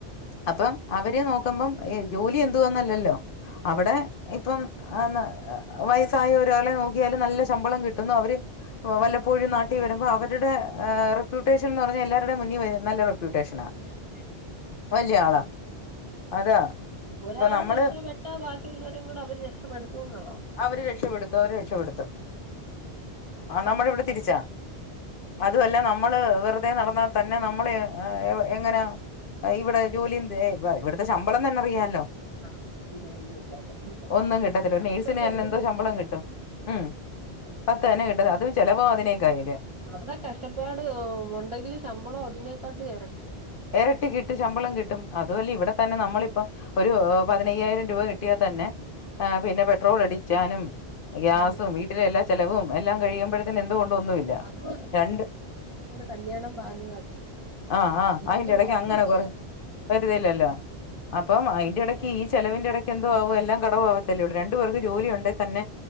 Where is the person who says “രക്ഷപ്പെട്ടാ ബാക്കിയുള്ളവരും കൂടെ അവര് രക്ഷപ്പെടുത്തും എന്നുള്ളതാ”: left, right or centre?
Right